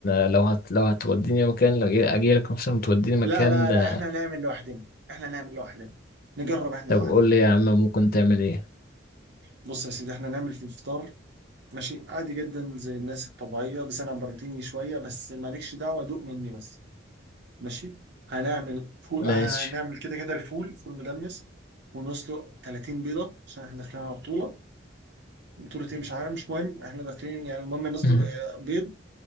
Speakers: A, on the left; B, on the right.
A: آه، لو هت لو هتوديني مكان لو أجي أجي لك مثلا توديني مكان
B: لا لا لا
A: آه،
B: احنا نعمل لوحدنا احنا نعمل لوحدنا نجرب احنا
A: طب
B: لوحدنا
A: قول لي يا عم ممكن تعمل إيه
B: بص يا سيدي احنا نعمل في الفطار ماشي عادي جدا زي الناس الطبيعية بس انا بروتيني شوية بس مالكش دعوة دوق مني بس ماشي هنعمل فول
A: ماشي
B: هنعمل كده كده الفول فول مدمس ونسلق 30 بيضة عشان احنا داخلين على بطولة بطولة ايه مش عارف مش مهم احنا داخلين يعني المهم نسلق
A: <laughs> مم.
B: آه، بيض